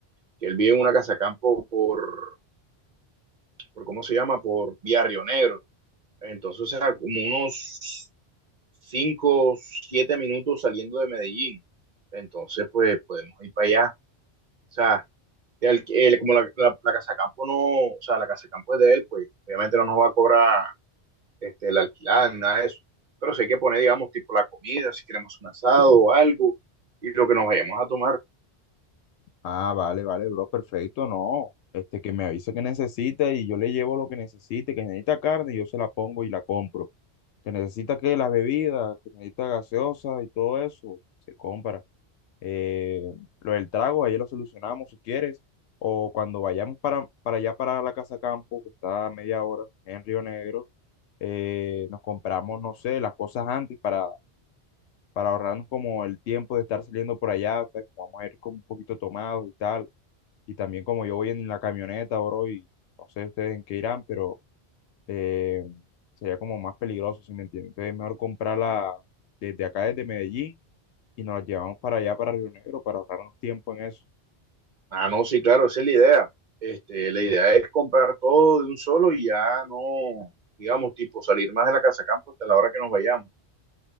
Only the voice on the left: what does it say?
Ah, vale, vale, bro, perfecto, no. Este, que me avisa que necesita y yo le llevo lo que necesite, que necesita carne, yo se la pongo y la compro. Que necesita que las bebidas, que necesita gaseosa y todo eso, se compra. Eh, lo del trago, ahí lo solucionamos si quieres. O cuando vayamos para, para allá, para la Casa Campo, que está a media hora en Río Negro eh, nos compramos, no sé, las cosas antes para, para ahorrarnos como el tiempo de estar saliendo por allá, o sea, que vamos a ir como un poquito tomados y tal, y también como yo voy en la camioneta, bro, y no sé ustedes en qué irán, pero eh, sería como más peligroso, si me entienden, entonces es mejor comprarla desde acá, desde Medellín, y nos la llevamos para allá, para Río Negro, para ahorrarnos tiempo en eso.